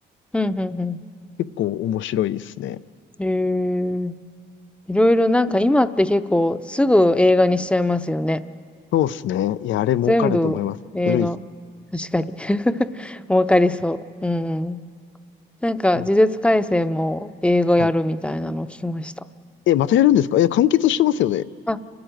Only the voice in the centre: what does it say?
うんうんうん。
へえ、いろいろなんか今って結構すぐ映画にしちゃいますよね。
全部映画。
確かに。<laughs> 儲かりそう。うんなんか呪術廻戦も映画やるみたいなのを聞きました。
あ、